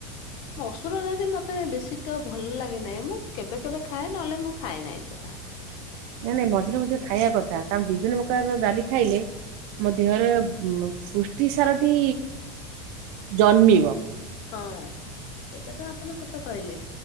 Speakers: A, on the left; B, on the right.
A: ମସୁର ଡ଼ାଲି ମତେ ବେଶୀ ତ ଭଲ ଲାଗେ ନାହିଁ ମୁଁ କେବେ କେବେ ଖାଏ ନହେଲେ ମୁଁ ଖାଏ ନାହିଁ ସେଟା। <inaudible>
B: ନାଇଁ ନାଇଁ ମଝିରେ ମଝିରେ ଖାଇବା କଥା କାରଣ ବିଭିନ୍ନ ପ୍ରକାର ଡାଲି ଖାଇଲେ। ମୋ ଦେହରେ ପୁଷ୍ଟି ସାରଟି ଜନ୍ମିବ।
A: ହଁ ସେଇଟା ତ ଆପଣ ସତ କହିଲେ।